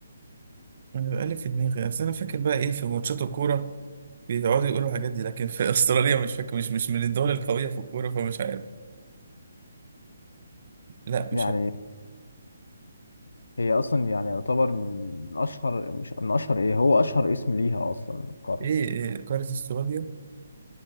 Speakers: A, on the right (about 45°); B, on the left (about 65°).
A: انا بقالي في دماغي اصل انا فاكر بقى ايه في ماتشات الكوره بيقعدوا يقولوا الحاجات دي لكن في <laughs> استراليا مش فاكر مش مش من الدول القويه في الكوره فمش عارف لا
B: <laughs>
A: مش
B: يعني
A: عارف
B: هي اصلا يعني يعتبر من اشهر مش من اشهر ايه هو اشهر اسم ليها اصلا القارة
A: ايه, إيه قاره استراليا